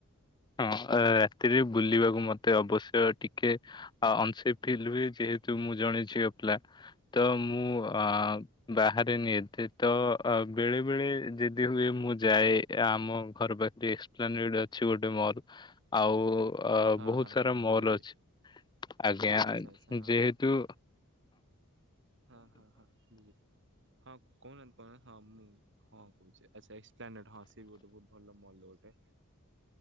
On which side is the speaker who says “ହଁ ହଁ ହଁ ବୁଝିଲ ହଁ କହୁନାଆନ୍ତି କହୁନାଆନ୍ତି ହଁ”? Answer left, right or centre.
Right